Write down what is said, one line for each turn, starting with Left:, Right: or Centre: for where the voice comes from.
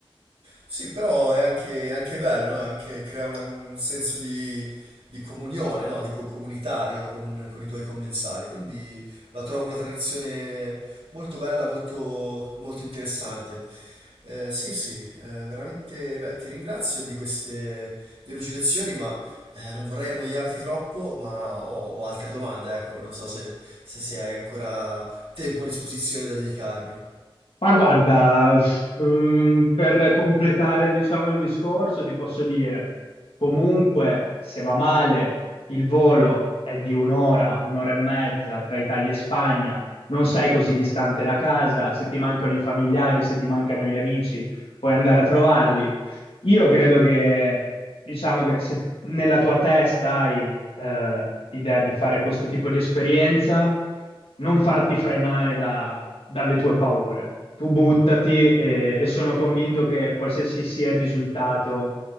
Right: Sì, però è anche, è anche bello, no? È anche, crea una- un senso di, di comunione, no? Di co- comunitario con, con i tuoi commensali. Quindi la trovo una tradizione molto bella, molto, molto interessante. Eh, sì, sì, eh, veramente, beh, ti ringrazio di queste delucidazioni, ma eh, non vorrei annoiarti troppo, ma ho, ho altre domande, ecco, non so se, se, se hai ancora tempo a disposizione da dedicarmi.
Left: Ma guarda, uff, ehm, per completare, diciamo, il discorso, ti posso dire, comunque, se va male, il volo è di un'ora, un'ora e mezza tra Italia e Spagna, non sei così distante da casa, se ti mancano i familiari, se ti mancano gli amici, puoi andare a trovarli. Io credo che, diciamo che se nella tua testa hai eh, idea di fare questo tipo di esperienza, non farti frenare da- dalle tue paure. Tu buttati e, e sono convinto che qualsiasi sia il risultato,